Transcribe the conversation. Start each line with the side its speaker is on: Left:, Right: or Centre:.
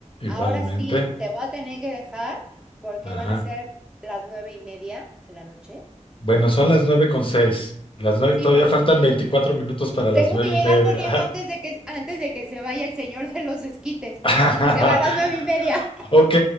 Left: Igualmente.
Centre: Ahora sí, te voy a tener que dejar porque
Left: Ajá.
Centre: van a ser las nueve y media de la noche.
Left: Bueno, son las nueve con seis. Las nueve,
Centre: Sí,
Left: todavía
Centre: pero
Left: faltan
Centre: es
Left: 24 minutos para las
Centre: Tengo
Left: nueve
Centre: que llegar
Left: y media.
Centre: corriendo antes de que, antes de que se vaya el señor de los esquites.
Left: <laughs>
Centre: Y se va a las nueve y media.
Left: Ok,